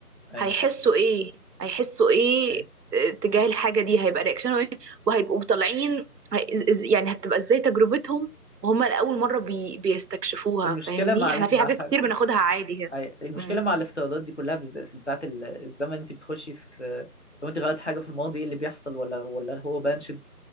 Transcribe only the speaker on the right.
هيحسوا ايه هيحسوا ايه
آه، تجاه الحاجه دي هيبقى رياكشنهم ايه وهيبقوا طالعين هي- إز- يعني هتبقى ازاي تجربتهم وهم لاول مره بي بيستكشفوها
فاهمني
احنا
في
حاجات
كتير بناخدها عادي كده
مم.